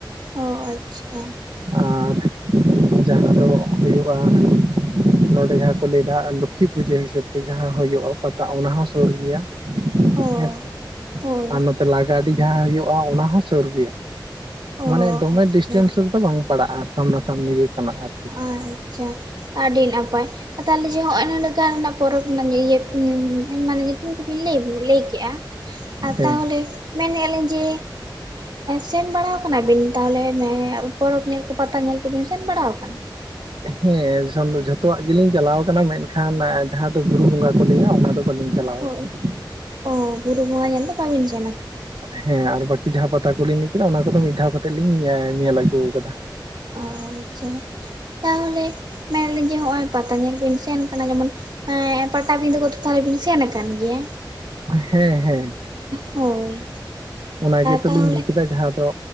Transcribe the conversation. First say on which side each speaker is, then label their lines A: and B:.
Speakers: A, on the right; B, on the right.
A: ᱚ ᱟᱪᱪᱷᱟ,
B: ᱟᱨ ᱡᱟᱦᱟᱸ ᱫᱚ ᱦᱩᱭᱩᱜᱼᱟ, ᱱᱚᱸᱰᱮ ᱡᱟᱦᱟᱸ ᱠᱚ ᱞᱟᱹᱭᱫᱟ ᱞᱚᱠᱠᱷᱤ ᱯᱩᱡᱟᱹ ᱦᱤᱥᱟᱹᱵᱽ ᱛᱮ ᱡᱟᱦᱟᱸ ᱦᱳᱭᱳᱜᱼᱟ ᱯᱟ ᱚᱱᱟ ᱦᱚᱸ ᱥᱳᱨ ᱜᱮᱭᱟ
A: ᱚ
B: ᱦᱮᱸᱥᱮ
A: ᱦᱳᱭ
B: ᱟᱨ ᱱᱚᱛᱮ ᱞᱟ ᱜᱟᱹᱰᱤ ᱡᱟᱦᱟᱸ ᱦᱳᱭᱳᱜᱼᱟ ᱚᱱᱟ ᱦᱚᱸ ᱥᱳᱨ ᱜᱮᱭᱟ ᱢᱟᱱᱮ
A: ᱚ
B: ᱫᱚᱢᱮ
A: ᱟᱪᱪᱷᱟ
B: ᱰᱤᱥᱴᱮᱱᱥ ᱨᱮᱫᱚ ᱵᱟᱝ ᱯᱟᱲᱟᱜᱼᱟ ᱾ ᱥᱟᱢᱱᱟ ᱥᱟᱢᱱᱤ ᱜᱮ ᱠᱟᱱᱟ ᱟᱨᱠᱤ,
A: ᱟᱪᱪᱷᱟ ᱟᱹᱰᱤ ᱱᱟᱯᱟᱭ ᱛᱟᱦᱚᱞᱮ ᱡᱮ ᱦᱚᱸᱜᱼᱚᱜ ᱱᱤᱱᱟᱹᱜ ᱜᱟᱱ ᱨᱮᱱᱟᱜ ᱯᱚᱨᱚᱵᱽ ᱨᱮᱱᱟᱜ ᱤᱭᱟᱹ ᱢᱟᱱᱮ ᱧᱩᱛᱩᱢ ᱠᱩᱵᱤᱱ ᱞᱟᱹᱭ ᱞᱟᱹᱭ ᱠᱮᱜᱼᱟ ᱟᱨ
B: ᱦᱮᱸ
A: ᱛᱟᱦᱚᱞᱮ, ᱢᱮᱱᱮᱜᱼᱟ ᱞᱤᱧ ᱡᱮ, ᱥᱮᱱ ᱵᱟᱲᱟᱣ ᱟᱠᱟᱱᱟ ᱵᱤᱱ ᱛᱟᱦᱚᱞᱮ ᱯᱚᱨᱚᱵᱽ ᱧᱮᱞ ᱠᱚ ᱯᱟᱛᱟ ᱧᱮᱞ ᱠᱚᱵᱤᱱ ᱥᱮᱱ ᱵᱟᱲᱟ ᱟᱠᱟᱱᱟ? <unintelligible>
B: ᱦᱮᱸ ᱡᱷᱚᱛᱚᱣᱟᱜ ᱜᱮ ᱞᱤᱧ ᱪᱟᱞᱟᱣ ᱠᱟᱱᱟ ᱢᱮᱱᱠᱷᱟᱱ ᱡᱟᱦᱟᱸ ᱫᱚ ᱵᱩᱨᱩ ᱵᱚᱸᱜᱟ ᱠᱚ ᱞᱟᱹᱭᱱᱟ ᱚᱱᱟ ᱫᱚ ᱵᱟᱹᱞᱤᱧ ᱪᱟᱞᱟᱣ
A: ᱦᱳᱭ
B: ᱟᱠᱟᱱᱟ ᱾
A: ᱚ ᱵᱩᱨᱩ ᱵᱚᱸᱜᱟ ᱧᱮᱞ ᱫᱚ ᱵᱟᱵᱤᱱ ᱥᱮᱱ ᱟᱠᱟᱱᱟ ᱾
B: ᱦᱮᱸ ᱟᱨ ᱵᱟᱹᱠᱤ ᱡᱟᱦᱟᱸ ᱯᱟᱛᱟ ᱠᱳᱞᱤᱧ ᱞᱟᱹᱭ ᱠᱮᱫᱟ ᱚᱱᱟ ᱠᱚᱫᱚ ᱢᱤᱫ ᱫᱷᱟᱣ ᱠᱟᱛᱮᱜ ᱞᱤᱧ ᱧᱮᱞ ᱟᱹᱜᱩ ᱟᱠᱟᱫᱟ
A: ᱚ ᱟᱪᱪᱷᱟ ᱛᱟᱦᱚᱞᱮ ᱢᱮᱱᱮ ᱞᱤᱧ ᱡᱮ ᱱᱚᱜᱼᱚᱭ ᱯᱟᱛᱟ ᱧᱮᱞ ᱵᱤᱱ ᱥᱮᱱ ᱠᱟᱱᱟ ᱡᱮᱢᱚᱱ, ᱦᱮᱸ ᱯᱟᱴᱟᱵᱤᱸᱫᱟᱹ ᱠᱚᱫᱚ ᱛᱟᱦᱚᱞᱮ ᱵᱤᱱ ᱥᱮᱱ ᱟᱠᱟᱱ ᱜᱮᱭᱟ
B: ᱦᱮᱸ ᱦᱮᱸ,
A: ᱦᱳᱭ,
B: ᱚᱱᱟ ᱜᱮ ᱛᱚᱞᱤᱧ
A: ᱛᱟᱦᱚᱞᱮ
B: ᱞᱟᱹᱭ ᱠᱮᱫᱟ ᱡᱟᱦᱟᱸ ᱫᱚ